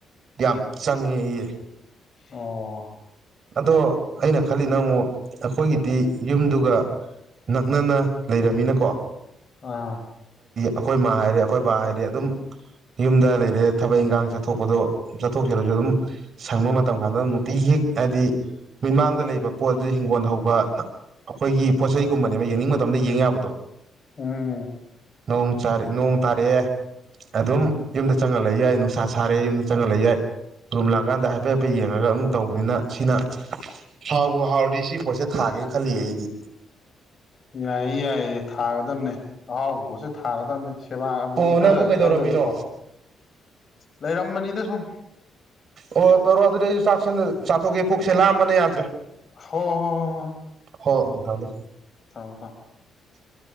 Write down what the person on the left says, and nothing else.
ꯑꯣ
ꯑꯥ
ꯎꯝ
ꯌꯥꯏꯌꯦ ꯌꯥꯏꯌꯦ ꯊꯥꯒꯗꯝꯅꯦ ꯑꯍꯥꯎꯕ ꯄꯣꯠꯁꯦ ꯊꯥꯒꯗꯝꯅꯦ ꯁꯦꯕꯥꯕꯨꯗꯤ
ꯈꯔ
ꯀꯜꯂꯁꯖꯨꯀꯣ ꯂꯩꯔꯝꯕꯅꯤꯗ ꯁꯨꯝ
ꯍꯣ ꯍꯣ ꯑꯣ ꯑꯣ
ꯊꯥꯝ ꯊꯥꯝ